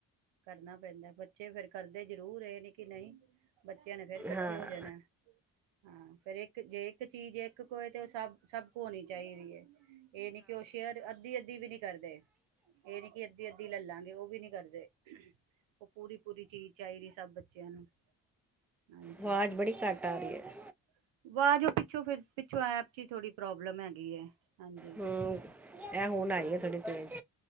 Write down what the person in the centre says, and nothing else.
ਹਾਂ
ਆਵਾਜ਼ ਬੜੀ ਘੱਟ ਆ
ਰਹੀ ਹੈ
ਹੂੰ ਇਹ ਹੁਣ ਆਈ
ਹੈ ਥੋੜੀ ਤੇਜ਼